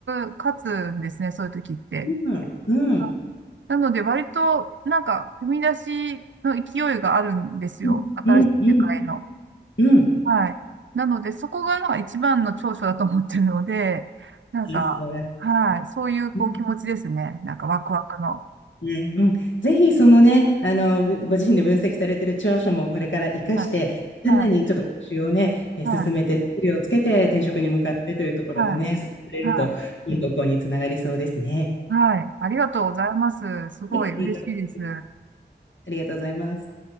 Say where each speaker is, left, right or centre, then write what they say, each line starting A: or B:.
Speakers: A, on the right; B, on the left.
A: ず勝つんですね、そういう時って。
B: うん。うん
A: うんなので、割と、なんか、踏み出しの勢いがあるんですよ。
B: うん、
A: 新しい世界の。
B: うん、うん、うん。
A: はい。なので、そこが今一番の長所だと思ってるので、<laughs> なんか、
B: あ、素晴らし
A: はい。そういうこう気持ちですね。
B: い。うん
A: なんかワクワクの。
B: ね、うん、ぜひそのね、あの、ぶご自身で分析されてる長所もこれから活かして、
A: はい。
B: さらにちょっと復習をね、
A: はい。
B: えー進めて、
A: はい。
B: スキルをつけて転職に向かってというところでね、
A: は
B: 進めれるといい方向につながりそうですね。
A: い。はい。はい。はいありがとうございます。すごい嬉しいです。
B: はいありがとうございます。ありがとうございます。